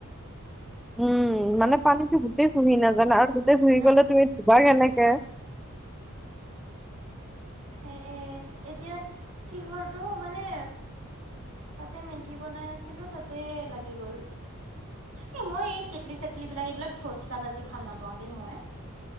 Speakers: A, in the centre; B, on the right.
A: উম, মানে পানীতো গোটেই চুহি নাজানো আৰু পুহি
B: হা
A: গলে তুমি ধুবা কেনেকে <inaudible>
B: এ এতিয়া কিহৰটো মানে তাতে মেগী বনাই আছিলোঁ তাতে লাগি গ'ল। এই মই এই কেটলি চেটলিবিলাক এইবিলাক চোচলা বাজি ভাল নাপাওঁ দেই মই।